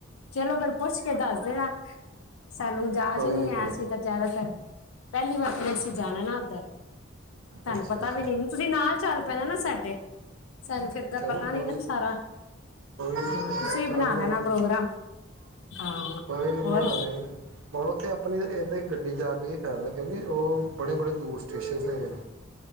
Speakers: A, on the left; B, on the right.
A: ਚਲੋ ਫਿਰ ਪੁੱਛ ਕੇ ਦੱਸ ਦੇਨਾ ਸਾਨੂੰ ਜਾਚ
B: ਕੋਈ
A: ਨੀ ਆਇਆ
B: ਕੋਈ
A: ਸੀ ਤਾਂ ਜ਼ਿਆਦਾਤਰ ਪਹਿਲੀ ਵਾਰ, ਫ ਅਸੀਂ ਜਾਣਾ ਨਾ ਉੱਧਰ ਤੁਹਾਨੂੰ
B: ਅੱਛਾ
A: ਪਤਾ
B: ਅੱਛਾ
A: ਵੀ ਨੀ ਤੁਸੀਂ ਨਾਲ ਚੱਲ ਪੈਣਾ ਨਾ ਸਾਡੇ, ਸਾਨੂੰ ਫਿਰ ਦਾ
B: ਚਲੋ
A: ਪਤਾ ਨੀ
B: ਕੋਈ
A: ਨਾ ਸਾਰਾ
B: ਕੋਈ ਨੀ
A: ਹਾਂ
B: ਕੋਈ
A: ਤੁਸੀਂ
B: ਚੱਲ
A: ਬਣਾ
B: ਬਵਾ
A: ਲੈਣਾ ਪ੍ਰੋਗਰਾਮ ਹਾਂ
B: ਕੋਈ ਨੀ ਬਣਾ
A: ਹੋਰ
B: ਦੇਗਾ ਮੋੜੋ ਤੇ ਆਪਣੀ ਇਹ ਗੱਡੀ ਜਾ ਕੇ ਫਾਇਦਾ ਐ ਉਹ ਬੜੇ-ਬੜੇ ਦੂਰ ਸਟੇਸ਼ਨ ਹੈਗੇ ਨੇ,